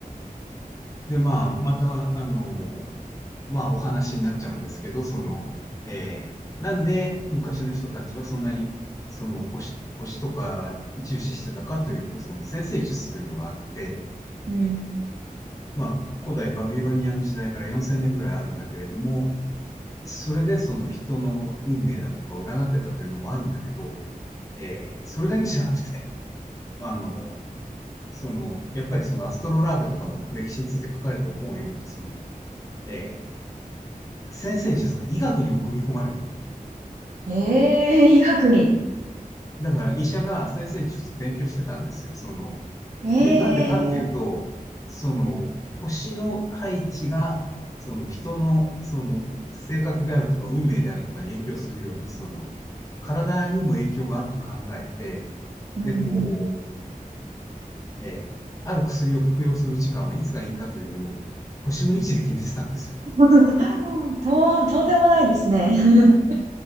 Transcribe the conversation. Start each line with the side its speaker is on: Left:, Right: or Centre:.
Left: で、まあ、また、あの、まあ、お話になっちゃうんですけど、その、えー、なんで昔の人たちはそんなに、その、星、星とか重視してたかというと、その占星術というのがあって、
Right: うん。
Left: まあ、古代バビロニアの時代から4000年ぐらいあるんだけれども、それでその人の運命だとかを占ってたというのもあるんだけど、えー、それだけじゃなくて、あの、その、やっぱりそのアストロラーベとかの歴史について書かれてる本を読むと、その、えー先生術が医学にも組み込まれていたと。
Right: ええ医学に。
Left: だから医者が先生術勉強してたんですよ。その、
Right: ええ
Left: ど、なんでかっていうと、その、星の配置が、その人の、その、性格であるとか、運命であるとかに影響するように、その、体にも影響があると考えて、
Right: うんうん。
Left: で、こう、えーある薬を服用する時間はいつがいいかというのを、星の位置で決めてたんですよ。
Right: <laughs> とん、とんでもないですね。<laughs>